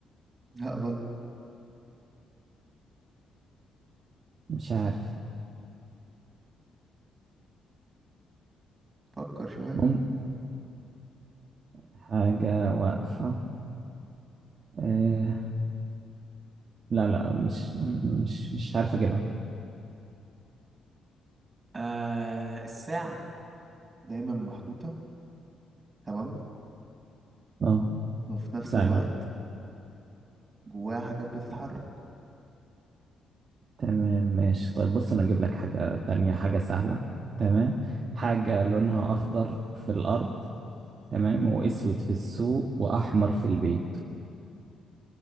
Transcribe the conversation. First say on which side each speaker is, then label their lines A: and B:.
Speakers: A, on the right (about 25°); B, on the right (about 50°).
A: <laughs> لا غلط
B: مش عارف
A: فكر شوية
B: مم حاجة واقفة آه، لا لا مش مش مش عارف أجيبها
A: آه الساعة دايما محطوطة تمام
B: اه
A: وفي نفس
B: فعلا
A: الوقت جواها حاجات بتتحرك
B: تمام ماشي طيب بص أنا أجيب لك حاجة تانية حاجة سهلة تمام حاجة لونها أخضر في الأرض تمام وأسود في السوق وأحمر في البيت